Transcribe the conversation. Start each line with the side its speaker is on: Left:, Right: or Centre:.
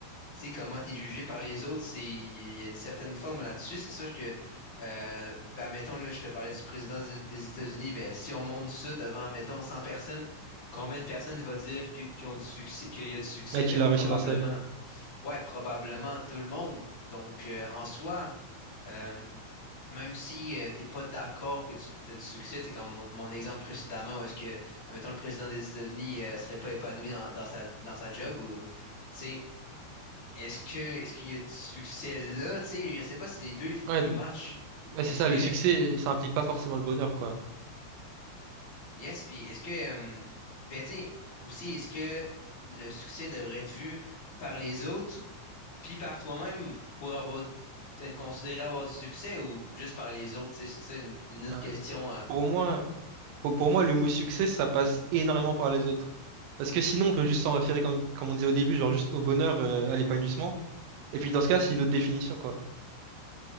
Left: sais, comment t'es jugé par les autres, c'est, il y a il y a une certaine forme là-dessus. C'est sûr que, euh, ben, mettons, là, je te parlais du président des des États-Unis, ben, si on monte ça devant, mettons, 100 personnes, combien de personnes va dire que- qu'ils ont du succès, qu'il y a du succès?
Right: Ouais, qu'il
Left: Ben, probablement,
Right: a réussi dans sa vie.
Left: ouais, probablement tout le monde. Donc, euh, en soi, euh, même si tu t'es pas d'accord que tu as du succès, c'est comme mon, mon exemple précédemment, où est-ce que, mettons, le président des États-Unis, euh, serait pas épanoui dans, dans sa, dans sa job ou, tu sais, est-ce que est-ce qu'il y a du succès là? Tu sais, je sais pas si les deux, il faut qu'ils
Right: Ouais,
Left: matchent.
Right: Ouais,
Left: Est-ce
Right: c'est ça,
Left: que
Right: le succès, ça implique pas forcément le bonheur, quoi.
Left: yes, puis est-ce que euh, ben tu sais, aussi est-ce que le succès devrait être vu par les autres puis par toi-même pour avoir être considéré avoir du succès ou juste par les autres, tu sais, c'est ça une, une autre
Right: Hein.
Left: question euh,
Right: Pour moi, pour, pour moi, le mot succès, ça passe énormément par les autres. Parce que sinon, on peut juste s'en référer, comme, comme on disait au début, genre juste au bonheur, euh, à l'épanouissement. Et puis dans ce cas, c'est une autre définition, quoi.